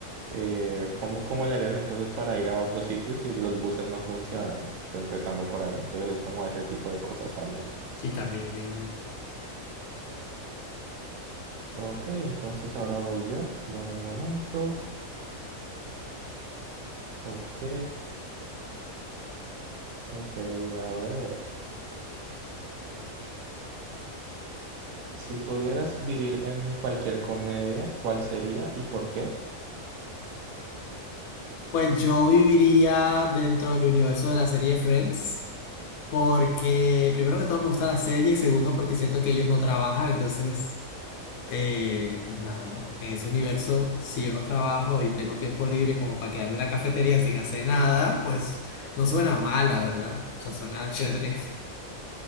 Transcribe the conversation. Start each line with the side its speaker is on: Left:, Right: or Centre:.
Right: Eh, ¿cómo, cómo le harías entonces para ir a otros sitios si los buses no funcionan? Empezando por ahí. Entonces es como ese tipo de cosas también.
Left: Y también bien.
Right: Ok, entonces ahora voy yo. Dame un momento. Ok, ok, a ver. Si pudieras vivir en cualquier comedia, ¿cuál sería y por qué?
Left: Pues yo viviría dentro del universo de la serie Friends, porque primero que todo me gusta la serie y segundo porque siento que ellos no trabajan, entonces, eh, pues nada, en ese universo, si yo no trabajo y tengo tiempo libre como para quedarme en una cafetería sin hacer nada, pues no suena mal, la verdad. O sea, suena chévere. <laughs>